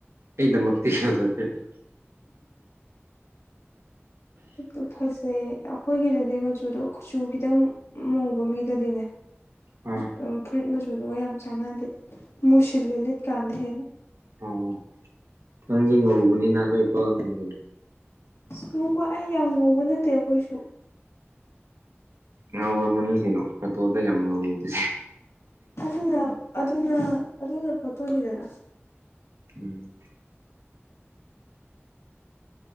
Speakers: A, on the right (about 75°); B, on the left (about 85°).
A: ꯑꯩ ꯗꯃꯛꯇꯤ ꯐꯖꯗꯦꯗ꯫
B: ꯑꯗꫭ ꯐꯖꯩ ꯑꯩꯈꯣꯏꯒꯤꯗꯗꯤ ꯃꯆꯨꯗꯣ ꯀꯆꯨ ꯈꯤꯇꯪ ꯃꯨꯕ ꯃꯤꯗꯗꯤꯅꯦ ꯈꯨꯆꯨ
A: ꯑꯥ
B: ꯐꯨꯔꯤꯠ ꯃꯆ ꯗꯨꯒ ꯌꯥꯝ ꯆꯥꯟꯅꯗꯦ ꯃꯨꯁꯤꯂꯤ ꯂꯤꯠꯀꯥꯟꯗ ꯍꯟꯦꯅ꯫
A: ꯑꯣ ꯅꯪꯒꯤ ꯉꯧꯕꯅꯤꯅ ꯂꯣꯏ ꯄꯥꯛꯂꯝꯃꯤꯉꯩꯅ꯫
B: ꯁ ꯃꯨꯕ ꯑꯩ ꯌꯥꯝ ꯉꯧꯕ ꯅꯠꯇꯦ ꯑꯩꯈꯣꯏꯁꯨ꯫
A: ꯉꯧꯔꯝꯃꯅꯤ ꯀꯩꯅꯣ ꯐꫭꯇꯣꯗ ꯌꯥꯝ ꯉꯥꯎꯏꯗꯗꯤ꯫
B: ꯑꯗꯨꯅ ꯑꯗꯨꯅ ꯑꯗꯨꯅ ꯐꯣꯠꯇꯣꯅꯤꯗꯅ꯫
A: ꯎꯝ